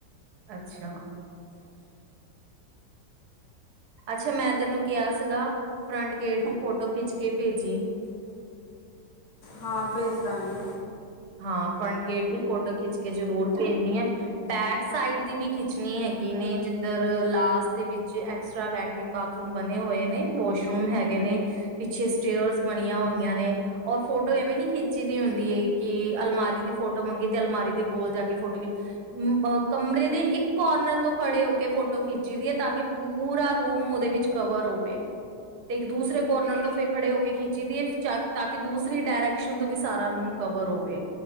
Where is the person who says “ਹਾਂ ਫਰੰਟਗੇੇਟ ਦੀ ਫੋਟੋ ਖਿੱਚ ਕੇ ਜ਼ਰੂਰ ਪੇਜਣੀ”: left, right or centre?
Right